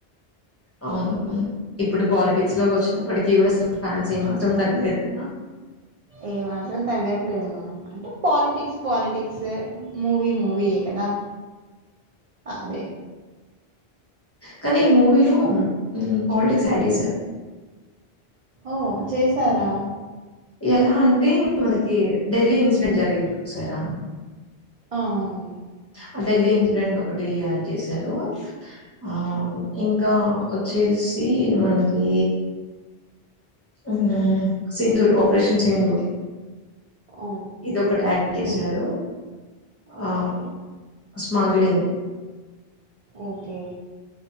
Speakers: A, on the left; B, on the right.
A: అవునవును ఇప్పుడు పాలిటిక్స్ లోకి వచ్చినాం ఇప్పటికీ కూడా అసలు ప్లాన్స్ ఏమాత్రం తగ్గలేదు కదా
B: ఏ మాత్రం తగ్గట్లేదు మం అంటే పాలిటిక్స్ పాలిటిక్సే మూవీ మూవీయే కదా అదే
A: కానీ ఈ మూవీలో హ్మ్ పాలిటిక్స్ యాడ్ చేసారు
B: ఓ చేసారా
A: ఎలా అంటే మనకి ఢిల్లీ ఇన్సిడెంట్ జరిగింది చూసారా
B: అ అవును
A: ఆ ఢిల్లీ ఇన్సిడెంట్ ఒకటి యాడ్ చేశారు ఆ ఇంకా వచ్చేసి మనకి హ్మ్ సిందూర్ ఆపరేషన్ సిందూర్
B: ఓ
A: ఇదిఒకటి యాడ్ చేసారు
B: సింగ్ ఓకే
A: ఆ స్మగ్లింగ్
B: ఓకే